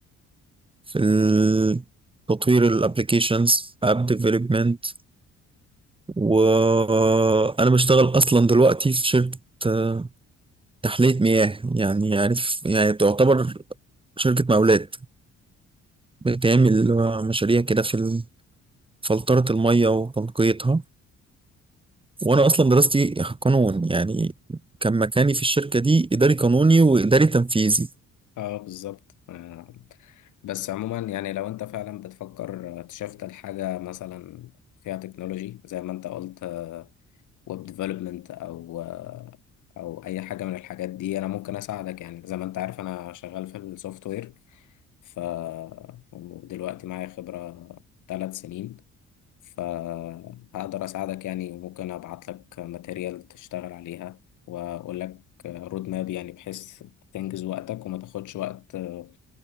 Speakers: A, on the right; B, on the left.
A: في ال... تطوير الابليكيشنز اب ديفلوبمنت وانا بشتغل اصلا دلوقتي في شركه آه، تحليه مياه يعني عارف يعني تعتبر شركة مقاولات بتعمل مشاريع كده في فلترة المية وتنقيتها وأنا أصلا دراستي قانون يعني كان مكاني في الشركة دي إداري قانوني وإداري تنفيذي
B: اه بالظبط آه، بس عموما يعني لو انت فعلا بتفكر تشفت لحاجة مثلا فيها تكنولوجي زي ما انت قلت ويب ديفلوبمنت او او اي حاجة من الحاجات دي انا ممكن اساعدك يعني زي ما انت عارف انا شغال في السوفت وير ف ودلوقتي معايا خبرة ثلاث سنين فهقدر أساعدك يعني وممكن أبعت لك ماتيريال تشتغل عليها وأقول لك رود ماب يعني بحيث تنجز وقتك وما تاخدش وقت آه،